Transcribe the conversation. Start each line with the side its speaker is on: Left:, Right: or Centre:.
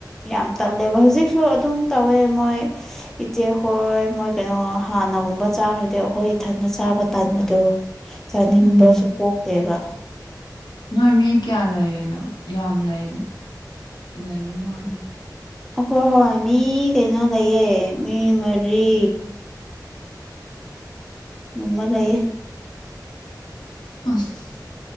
Centre: ꯌꯥꯝ ꯇꯜꯂꯦꯕ ꯍꯧꯖꯤꯛꯁꯨ ꯑꯗꯨꯝ ꯇꯧꯋꯦ ꯃꯣꯏ ꯏꯆꯦꯛ ꯍꯣꯏ ꯃꯣꯏ ꯀꯩꯅꯣ ꯍꯥꯟꯅꯒꯨꯝꯕ ꯆꯥꯈ꯭ꯔꯗꯤ ꯑꯩꯈꯣꯏ ꯏꯊꯟꯗ ꯆꯥ ꯆꯥꯕ ꯇꯥꯟꯕꯗꯣ ꯆꯥꯅꯤꯡꯕꯁꯨ
Left: ꯎꯝ
Centre: ꯄꯣꯛꯇꯦꯕ
Left: ꯅꯣꯏ ꯃꯤ ꯀꯌꯥ ꯂꯩꯔꯦꯅꯣ ꯌꯥꯝ ꯂꯩ ꯂꯩꯕ ꯃꯥꯜꯂꯦ
Centre: ꯍꯣ ꯍꯣꯏ ꯃꯤ ꯀꯩꯅꯣ ꯂꯩꯑꯦ ꯃꯤ ꯃꯔꯤ ꯃꯃ ꯂꯩꯑꯌꯦ
Left: ꯑꯁ